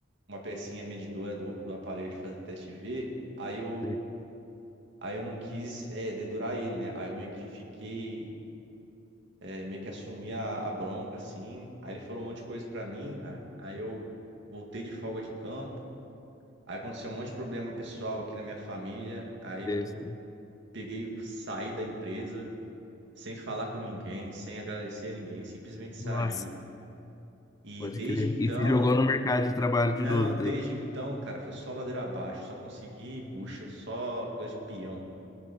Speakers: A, on the right; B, on the left.
A: uma pecinha medidora do, do aparelho de fazer teste V. Aí eu,
B: Sim.
A: aí eu não quis, é, dedurar ele, né? Aí eu meio que fiquei é, meio que assumi a, a bronca, assim. Aí ele falou um monte de coisa pra mim, cara. Aí eu voltei de folga de campo. Aí aconteceu um monte de problema pessoal aqui na minha família. Aí eu
B: É isso.
A: peguei, saí da empresa, sem falar com ninguém, sem agradecer a ninguém, simplesmente saí.
B: Nossa,
A: E
B: pode
A: desde
B: crer.
A: então,
B: E se jogou no mercado de trabalho
A: não,
B: de novo,
A: desde
B: daí?
A: então, cara, foi só ladeira abaixo, só consegui bucha, só coisa de peão.